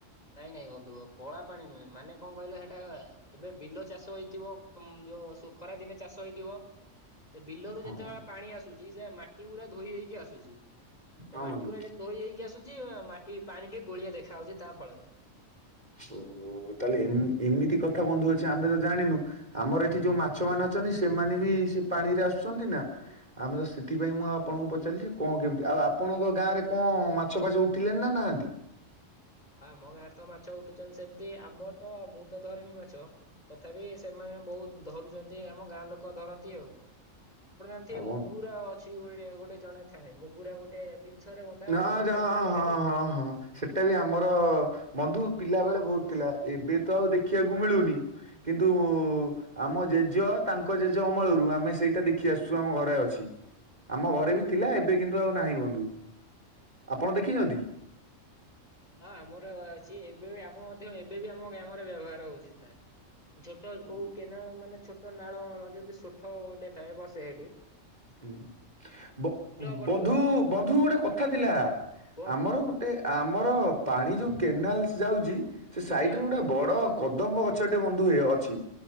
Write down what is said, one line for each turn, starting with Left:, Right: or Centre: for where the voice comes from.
Left: ନାଇଁ ନାଇଁ ବନ୍ଧୁ କଳା ପାଣି ନୁହେଁ, ମାନେ କଣ କହିଲା ହେଟା ଏବେ ବିଲ ଚାଷ ହେଇଥିବ ଯୋଉ ସୁ ଖରାଦିନେ ଚାଷ ହେଇଥିବ, ସେ ବିଲରୁ
Right: ହଁ
Left: ଯେତେବେଳେ
Right: ବନ୍ଧୁ
Left: ପାଣି ଆସୁଛି ସେ ମା ମାଟି ଗୁରା ଧୋଇ ହେଇକି ଆସୁଛି, ସେ
Right: ହଁ
Left: ମାଟି
Right: ବନ୍ଧୁ
Left: ଗୁରା ଯେମିତି ଧୋଇ ହେଇକି ଆସୁଛି ମାଟି ପାଣି ଟିକେ ଗୋଳିଆ ଦେଖା ହଉଛି ତା ଫଳରେ
Right: ଓହୋ! ଓ ତାହେଲେ ଏମିତି କଥା ବନ୍ଧୁ ଅଛି, ଆମେ ତ ଜାଣିନୁ, ଆମର ଏଠି ଯୋଉ ମାଛ ମାନ ଅଛନ୍ତି ସେମାନେ ବି କି ସିଏ ପାଣିରେ ଆସୁଚନ୍ତି ନାଁ ଆମେ ତ ସେଥିପାଇଁ ମୁଁ ଆପଣଙ୍କୁ ପଚାରିଲି ଯେ କଁ କେମିତି ଆଉ ଆପଣଙ୍କ ଗାଁରେ କଁ ମାଛ ଫାଛ ଉଠିଲେଣି ନାଁ ନାହାନ୍ତି?
Left: ଆମ ଗାଁରେ ତ ମାଛ ଉଠୁଚନ୍ତି ସେମତି ଆମ ତ ମୁଁ ତ ଧରେନି ମାଛ ତଥାପି ସେମା ଏଣେ ବୋହୁତ ଧରୁଚନ୍ତି ଆମ ଗାଁ ଲୋକ ଧରନ୍ତି ଆଉ। ଗୋଟେ ଜାଣିଥିବେ
Right: ଆଉ ବନ୍ଧୁ
Left: ମୁଗୁରା ଅଛି ଗୋରେ ଗୋଟେ ଜଣେ ଥାଏ ମୁଗୁରା ଗୋଟେ ପିଂଛରେ ବନ୍ଧା
Right: ନାଁ
Left: ହୋଇ
Right: ଯା
Left: ମୁଗୁରା
Right: ହଁ,
Left: ଗୋଟେ
Right: ହଁ,
Left: ହୁଏ।
Right: ହଁ, ହଁ ସେଟା ବି ଆ ମର ବନ୍ଧୁ ପିଲା ବେଳେ ଭୋଉତ ଥିଲା ଏବେ ତ ଆଉ ଦେଖିବାକୁ ମିଳୁନି କିନ୍ତୁ ଉ ଆମ ଜେଜ ତାଙ୍କ ଜେଜ ଅମଳରୁ ଆମେ ସେଇଟା ଦେଖି ଆସୁଚୁ ଆମ ଘରେ ଅଛି। ଆମ ଘରେ ବି ଥିଲା ଏବେ କିନ୍ତୁ ଆଉ ନାହିଁ ବନ୍ଧୁ। ଆପଣ ଦେଖିଚନ୍ତି?
Left: ହଁ ଆମର ଅଛି ଏବେ ବି ଆମ ମଧ୍ୟ ଏବେ ବି ଆମ ଗ୍ରାମରେ ବ୍ୟବହାର ହଉଚି ତାହା। ଛୋଟ
Right: ହୁଁ
Left: କୋଉ କେନାଳ ମାନେ ଛୋଟ ନାଳ ମଳ ଯଦି ସୋଠ ଗୋଟେ ଥାଏ ବସେ ହେଠି।
Right: ହୁଁ ବ
Left: ପଟୁ
Right: ବନ୍ଧୁ ବନ୍ଧୁ ଗୋଟେ କଥା ଥିଲା।
Left: କୁହନ୍ତୁ
Right: ଆମର
Left: କୁହନ୍ତୁ
Right: ଗୋଟେ ଆମର ପାଣି ଯୋଉ କେନାଲସ୍ ଯାଉଚି ସେ ସାଇଟ୍
Left: ହଁ।
Right: ରେ ଗୋଟେ ବଡ଼ କଦମ୍ବ ଗଛଟେ ବନ୍ଧୁ ହେ ଅଛି।